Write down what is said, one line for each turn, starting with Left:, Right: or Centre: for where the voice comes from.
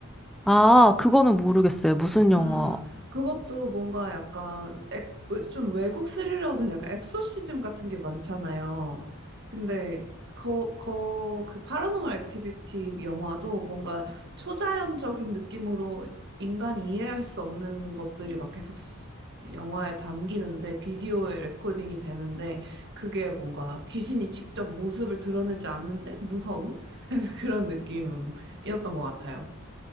Centre: 아, 그거는 모르겠어요. 무슨 영화?
Right: 아, 그것도 뭔가 약간 액, 좀 외국 스릴러는 약간 엑소시즘 같은 게 많잖아요. 근데 거, 거, 그 파라노멀 액티비티 영화도 뭔가 초자연적인 느낌으로 인간이 이해할 수 없는 것들이 막 계속 스- 영화에 담기는데 비디오에 레코딩이 되는데 그게 뭔가 귀신이 직접 모습을 드러내지 않는데 무서운 <laughs> 그런 느낌이었던 것 같아요.